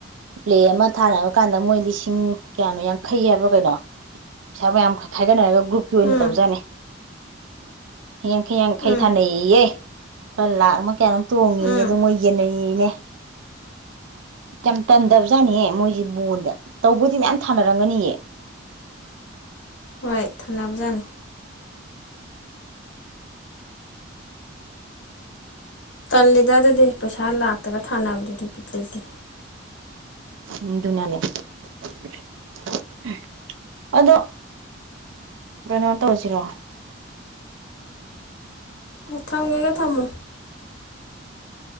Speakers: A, on the right; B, on the left.
A: ꯄ꯭ꯂꯦ ꯑꯃ ꯊꯥꯔꯛ ꯑꯀꯥꯟꯗ ꯃꯣꯏ ꯂꯤꯁꯤꯡ ꯀꯌꯥꯅꯣ ꯌꯥꯡꯈꯩ ꯍꯥꯏꯕ꯭ꯔꯣ ꯀꯩꯅꯣ ꯄꯩꯁꯥ ꯃꯌꯥꯝ ꯈꯥꯏꯒꯠꯅꯔꯒ ꯒ꯭ꯔꯨꯞꯀꯤ ꯑꯣꯏꯅ
B: ꯎꯝ
A: ꯇꯧꯖꯥꯠꯅꯤ ꯌꯥꯡꯈꯩ ꯌꯥꯡꯈꯩ
B: ꯎꯝ
A: ꯊꯥꯅꯩꯌꯦꯌꯦ ꯄ ꯂꯥꯛ ꯑꯃ ꯀꯌꯥꯅꯣꯝ ꯇꯣꯡꯉꯤꯌꯦ
B: ꯎꯝ
A: ꯑꯗꯣ ꯃꯣꯏ ꯌꯦꯟꯅꯩꯌꯦꯅꯦ ꯌꯥꯝ ꯇꯟꯗꯕꯖꯥꯠꯅꯤꯍꯦ ꯃꯣꯏꯁꯤ ꯕꯣꯟꯗ ꯇꯧꯕꯨꯗꯤ ꯃꯌꯥꯝ ꯊꯥꯅꯔꯝꯒꯅꯤꯌꯦ
B: ꯍꯣꯏ ꯊꯅꯕꯖꯥꯅꯤ ꯇꯜꯂꯤꯗ ꯗꯨꯗꯤ ꯄꯩꯁꯥ ꯂꯥꯛꯇꯒ ꯊꯥꯅꯕꯗꯨꯗꯤ ꯕꯤꯠ ꯂꯩꯇꯦ
A: ꯎꯝ ꯗꯨꯅꯅꯦ <unintelligible> ꯑꯗꯣ ꯀꯩꯅꯣ ꯇꯧꯔꯁꯤꯔꯣ
B: ꯊꯝꯒꯦꯒ ꯊꯝꯃꯣ